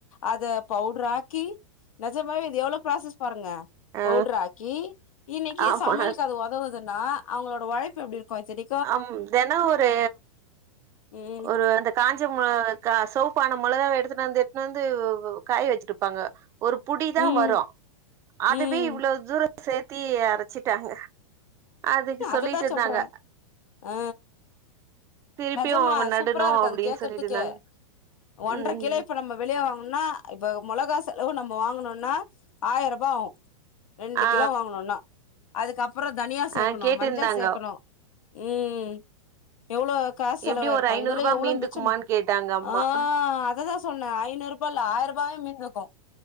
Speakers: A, on the left; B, on the right.
A: அத பவுடர் ஆக்கி நஜமாவே இது எவ்வளவு ப்ராசஸ் பாருங்க
B: ஆ
A: பவுடர் ஆக்கி இன்னைக்கு
B: ஆமா
A: சமையலுக்கு அது ஓதவுதுன்னா அவங்களோட உழைப்பு எப்டி இருக்கு சரி
B: ஆம் தினோ ஒரு
A: ம்
B: ஒரு அந்த காஞ்ச மொளாகா இருக்கா சோப்பான மிளகாவ எடுத்துட்டு வந்து எட்டு வந்து காய வச்சிருப்பாங்க ஒரு புடிதா
A: ம்
B: வரு அதுவே
A: ம்
B: இவ்வளவு தூர சேர்த்தி அரச்சிட்டாங்க அதுக்கு
A: அததா
B: சொல்லிட்டு இருந்தாங்க
A: சொல்றே அ
B: திருப்பியு
A: நஜமா
B: நடணு
A: சூப்பராருக்கு
B: அப்டின்னு
A: அது கேக்குறதுக்கே
B: சொல்லிட்டு இருந்தாங்க
A: ஒன்ற
B: ம்
A: கிலோ இப்ப நம்ம வெளிய வாங்கணுனா இப்ப மொளகா செலவு நம்ம வாங்கனுனா ஆயர்ரூபா ஆகு ரெண்டு
B: ஆ
A: கிலோ வாங்கணுனா அதுக்கப்பறோ தனியா சேக்கணு
B: ஆ கேட்டுருந்தாங்க
A: மஞ்சள் சேக்கணு ம் எவ்ளோ காசு செலவாருக்கு
B: எப்டியு ஒரு ஐநூறு
A: இதுல
B: ரூபா
A: எவ்ளோ
B: மீந்துக்குமான்னு
A: மிச்சோ
B: கேட்டாங்க அம்மா
A: அ
B: ஆ
A: அததா சொன்னே ஐநூறு ப்பில ஆயி ரூபாவே மீந்தக்கு